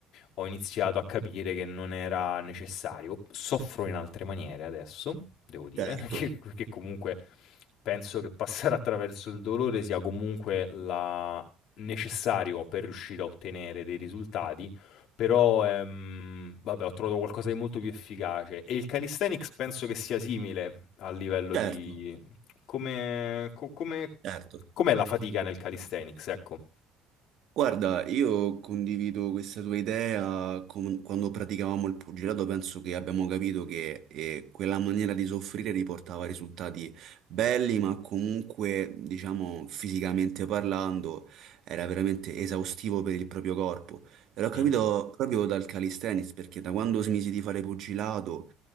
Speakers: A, on the left; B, on the right.
A: ho iniziato a capire che non era necessario. Soffro in altre maniere adesso, devo dire,
B: Certo,
A: <laughs> perché perché comunque penso che passare attraverso il dolore sia comunque la- necessario per riuscire a ottenere dei risultati però, ehm, vabbè, ho trovato qualcosa di molto più efficace. E il calisthenics penso che sia simile a livello
B: certo,
A: di... Come... co- come...
B: certo.
A: Com'è la fatica nel calisthenics, ecco.
B: Guarda, io condivido questa tua idea. com- quando praticavamo il pugilato, penso che abbiamo capito che eh, quella maniera di soffrire riportava risultati belli, ma comunque, diciamo, fisicamente parlando, era veramente esaustivo per il proprio corpo. E l'ho capito
A: Mh, mh,
B: proprio dal calisthenics, perché da quando smisi di fare pugilato,